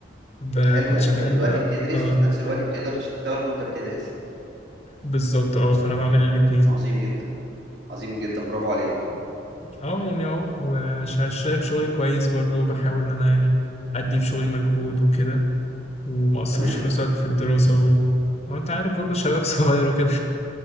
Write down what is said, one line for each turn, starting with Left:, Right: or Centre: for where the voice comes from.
Left: ب-
Right: حلو
Left: كنت
Right: يعني
Left: شغال
Right: انت دلوقتي
Left: بقى
Right: بتدرس
Left: اه
Right: وفي نفس الوقت بتقدر تشتغل وانت بتدرس
Left: بالظبط اه فانا بعمل الاتنين
Right: عظيم جدا عظيم جدا برافو عليك
Left: اه يعني اه وشايف شغلي كويس برضو وبحاول ان انا يعني ادي في شغلي مجهود وكده وما اثرش
Right: تمام
Left: في نفس الوقت في الدراسة و... اه انت عارف برضو شباب <laughs> صغير وكده